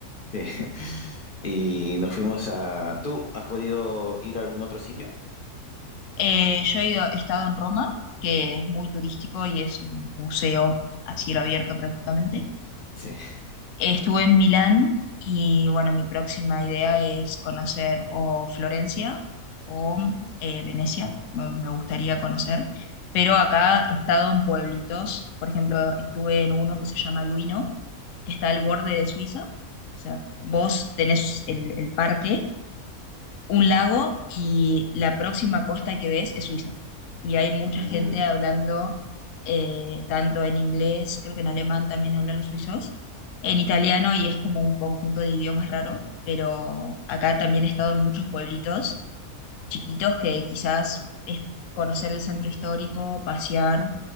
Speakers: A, on the left; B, on the left.
A: <laughs> Y nos fuimos a... ¿Tú has podido ir a algún otro sitio?
B: Eh, yo he ido- he estado en Roma, que es muy turístico y es un museo a cielo abierto prácticamente.
A: Sí.
B: Estuve en Milán y bueno, mi próxima idea es conocer o Florencia o eh, Venecia, me me gustaría conocer. Pero acá he estado en pueblitos, por ejemplo, estuve en uno que se llama Luino, que está al borde de Suiza. O sea, vos tenés el el parque un lago y la próxima costa que ves es Suiza. Y hay mucha
A: Mm,
B: gente hablando eh, tanto en inglés, creo que en alemán también hablan los suizos, en italiano y es como un conjunto de idiomas raro, pero acá también he estado en muchos pueblitos chiquitos que quizás es conocer el centro histórico, pasear